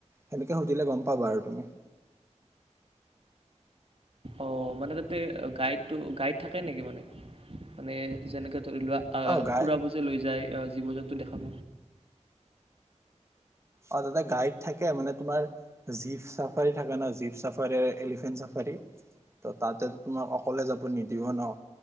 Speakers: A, on the right; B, on the right.
A: হেনেকে সুধিলে গম পাবা আৰু তুমি।
B: অ মানে তাতে গাইডটো-গাইড থাকে নেকি মানে, মানে যেনে ধৰি লোৱা আ
A: অ গাই
B: ফুৰাবজে লৈ যায়। আ জীৱ-জন্তু দেখাব।
A: অ তাতে গাইড থাকে মানে তোমাৰ জীপ চাফাৰী থাকে ন' জীপ চাফাৰে, এলিফেন্ট চাফাৰী ত' তাতে তোমাক অকলে যাব নিদিব ন'